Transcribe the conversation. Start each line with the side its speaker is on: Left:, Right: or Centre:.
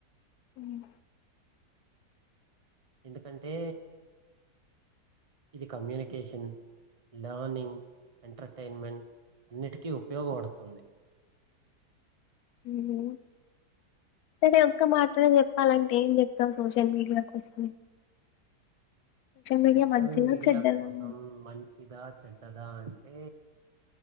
Left: మ్మ్
Right: ఎందుకంటే ఇది కమ్యూనికేషన్, లర్నింగ్, ఎంటర్టైన్మెంట్ అన్నిటికీ ఉపయోగవడుతుంది.
Left: మ్మ్ హు సరే ఒక్క మాట్లోనే చెప్పాలంటే ఏం చెప్తాం సోషల్ మీడియా కోసం. మీడియా
Right: సోషల్
Left: మంచిదా
Right: మీడియా
Left: చెడ్డదా
Right: కోసం మంచిదా చెడ్ డదా అంటే